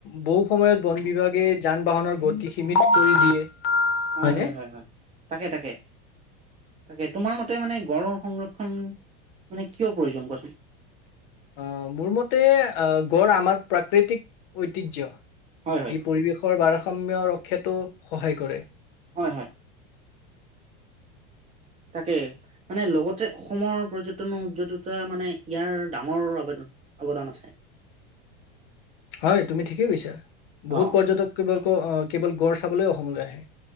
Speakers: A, on the left; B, on the right.
A: বৌ সময়ত বন
B: অ
A: বিভাগে যান বাহনৰ গতি সীমিত কৰি দিয়ে
B: হয়
A: হয়নে?
B: হয় হয় হয় তাকে তাকে তাকে তোমাৰ মতে মানে গড়ৰ সংৰক্ষণ মানে কিয় প্ৰয়োজন কোৱাচোন
A: অ' মোৰ মতে আহ, গড় আমাৰ প্ৰাকৃতিক ঐতিহ্য
B: হয় হয়
A: ই পৰিৱেশৰ বাৰ সম্য ৰক্ষা টো সহায় কৰে ।
B: হয় হয়। তাকে মানে লগতে অসমৰ পৰ্যটন উদ্যদতা মানে ইয়াৰ ডাঙৰ অবদা অৱদান আছে
A: হয় তুমি ঠিকেই কৈছা, বহুত
B: অ
A: পৰ্যটক কেৱল ক অ । কেৱল গড় চাবলৈও অসমলৈ আহে